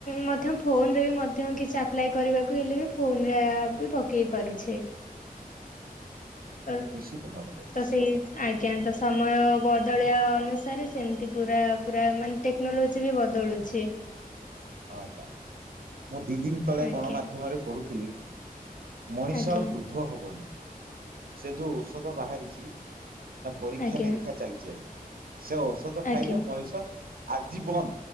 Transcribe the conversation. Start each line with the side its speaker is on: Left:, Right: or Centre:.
Left: ମଧ୍ୟ ଫୋନ ରେ ମଧ୍ୟ କିଛି ଆପ୍ଲାଏ କରିବାକୁ ହେଲେ ବି ଫୋନରେ, ପକେଇ ପାରୁଛେ, ଅ
Right: ନିଶ୍ଚିତ ଭାବରେ ନିଶ୍ଚିତ
Left: ତ ସେଇ
Right: ଭାବରେ
Left: ଆଜ୍ଞା ତ ସମୟ ବ, ଦଳୀୟ ଅନୁସାରେ ସେମତି ପୁରା, ପୁରା ମାନେ ଟେକ୍ନୋଲୋଜି ବି ବଦଳୁଛି।
Right: ଆ କା ମୁଁ, ଦି ଦିନି ତଳେ
Left: ଆଜ୍ଞା
Right: ଗଣମାଧ୍ୟମରେ ପଢୁ <inaudible> ମଣିଷ
Left: ଆଜ୍ଞା
Right: ଆଉ ବୃଦ୍ଧ ହବନି। ସେ ଯୋଉ ଔଷଧ ବାହାରିଚି, ତା ପରୀକ୍ଷା,
Left: ଆଜ୍ଞା
Right: ନିରୀକ୍ଷା ଚାଲିଛି, ଆଜ୍ଞା ସେ ଔଷଧ
Left: ଆଜ୍ଞା
Right: ଖାଇଲେ ମଣିଷ ଆଜୀବନ